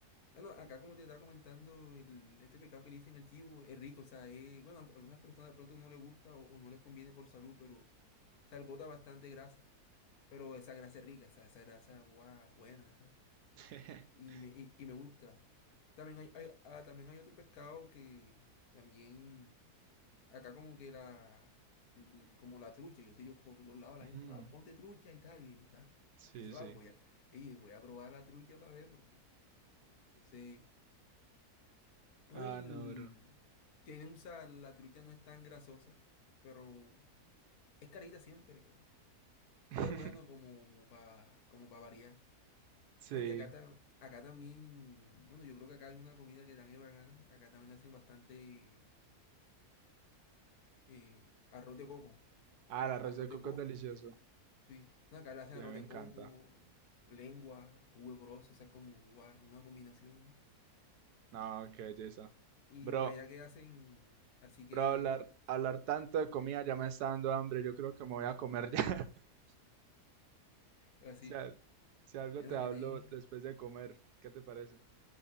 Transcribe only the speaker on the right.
<laughs>
Mm,
sí,
sí.
Ah,
no, bro.
<laughs>
Sí.
Ah, el arroz
de
coco
es delicioso.
Sí,
a mí me
encanta.
No, qué belleza.
Bro,
bro, hablar, hablar tanto de comida ya me está dando hambre. Yo creo que me voy a comer ya. <laughs>
Si, al- si algo
te
hablo
después de comer, ¿qué te parece?